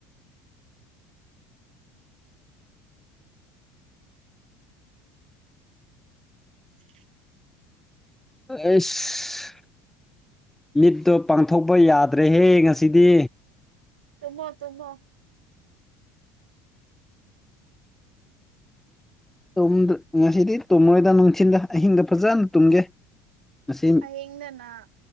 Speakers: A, on the right; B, in the centre.
A: <unintelligible>
B: ꯑꯩꯁ ꯃꯤꯠꯇꯣ ꯄꯥꯡꯊꯣꯛꯄ ꯌꯥꯗ꯭ꯔꯦꯍꯦ ꯉꯁꯤꯗꯤ
A: ꯇꯨꯝꯃꯣ ꯇꯨꯝꯃꯣ
B: ꯇꯝꯗ꯭ꯔ ꯉꯁꯤꯗꯤ ꯇꯨꯝꯃꯣꯏꯗ ꯅꯨꯡꯊꯤꯟꯗ ꯑꯍꯤꯡꯗ ꯐꯖꯅ ꯇꯨꯝꯒꯦ ꯉꯁꯤ
A: ꯑꯍꯤꯡꯗꯅ